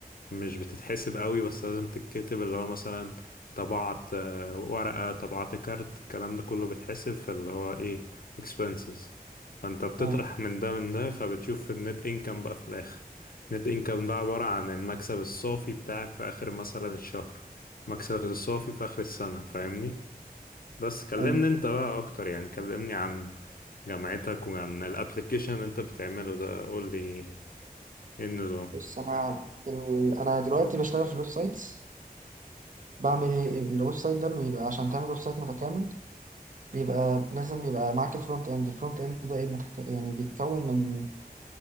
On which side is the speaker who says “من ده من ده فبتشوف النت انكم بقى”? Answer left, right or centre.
Left